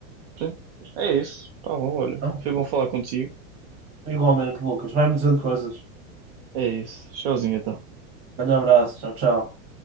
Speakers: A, on the right (about 50°); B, on the right (about 35°).
A: Sim. É isso. Tá bom, olha.
B: Não?
A: Foi bom falar contigo.
B: Igualmente, Lucas. Vai-me dizendo coisas.
A: É isso. Tchauzinho então.
B: Grande abraço, tchau, tchau.